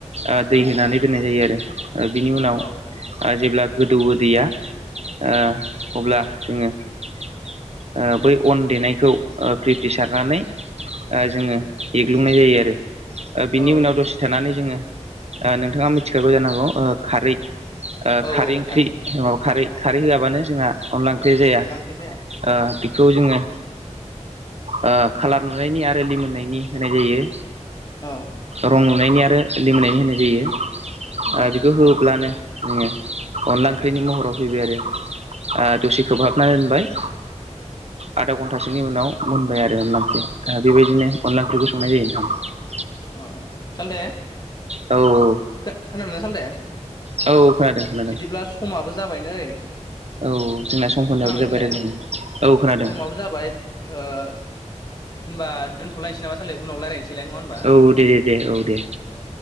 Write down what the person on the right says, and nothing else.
ओ दै होनानै दोननाय जायो आरो बिनि उनाव
जेब्ला। गोदौवदैया ओ अब्ला जोङो। ओ बै अन देनायखौ क्रि फेसार। सारनानै जोङो एग्लुंनाय जायो आरो बिनि
उनाव दसे। थानानै जोङो ओ नोंथाङा मिथिखाबौ जानांगौ ओ खारै। ओ
खारै
ओंख्रि खारै
खारै
होआबानो जोंहा। अनला ओंख्रि जाया
ओ
बेखौ जोङो। ओ खालार नुनायनि आरो लिमोननायनि होनाय जायो ओ।
रं लुनायनि आरो लिमोनायनि होनाय जायो ओ
बेखौ होब्लानो। नोङो अनला ओंख्रिनि महराव फैबाय आरो दसे खोबहाबना दोनबाय। ओ आधा घन्टासोनि उनाव मोनबाय आरो अनला ओंख्रिया बेबायदिनो अनला ओंख्रिखौ सं संनाय जायो नोंथां
औ औ।
औ खोनादों। खोनादों
औ जोंना समफोरनियाबो
जाबाय
रायलायनाया औ खोनादों
औ दे दे दे औ दे